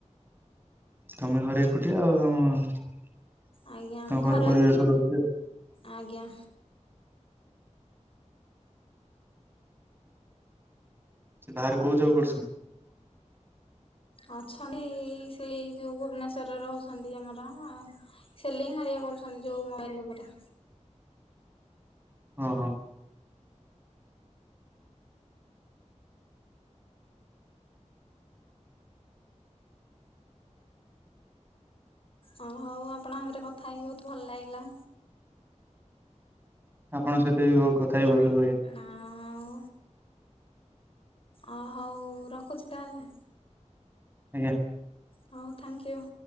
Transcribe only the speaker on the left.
ଆଜ୍ଞା ମୁଁ
ଘରେ
ଅଛି।
ଆଜ୍ଞା।
ଅଛନ୍ତି ସେଇ ଯୋଉ ଭୁବନେସ୍ୱରରେ ରହୁଛନ୍ତି ଆମର। ସେଲିଂ ହାରିକା କରୁଛନ୍ତି ଯୋଉ ମୋବାଇଲ ଉପରେ।
ଅ ହଉ ଆପଣଙ୍କ ଶାଥିରେ କଥା ହେଇକି ବହୁତ ଭଲ ଲାଗିଲା।
ଆଉ ଅ ହଉ ରଖୁଛି ତାହେନେ।
ହଉ ଥ୍ୟାଙ୍କ ୟୁ।